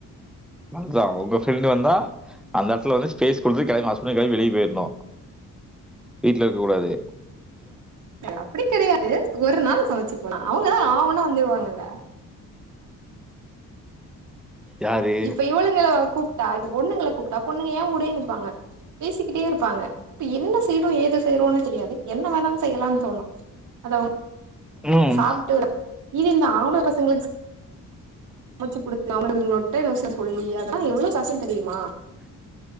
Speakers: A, in the centre; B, on the right.
A: அதா உங்க ஃப்ரெண்டு் வந்தா அந்த எடத்துல வந்து ஸ்பேஸ் குடுத்து கெளம்பி ஹஸ்பெண்ட் கெளம்பி வெளிய போயிரணு வீட்ல இருக்க கூடாது
B: அப்டி கெடையாது ஒரு நாள் சமைச்சுக்கலா அவங்கதா ஆ ஊனா வந்துருவாங்கல்ல
A: யாரு
B: இப்ப இவளுங்கள கூப் டா இப்ப பொண்ணுங்கள கூப்ட்டா பொண்ணுங்க ஏ கூடயே நிப்பாங்க பேசிக்கிட்டே இருப்பாங்க அப்ப என்ன செய்றோ ஏது செய்றோனே தெரியாது என்ன வேணாலு செய்யலான் தோணு அத
A: ம்
B: சாப்ட்டு வற இனி இந்த ஆம்பள பசங்களுக்கு ச மச்சு குடுத்து <unintelligible> நொட்ட நொச சொல்லி அதல்லா எவ்ளோ கச தெரியுமா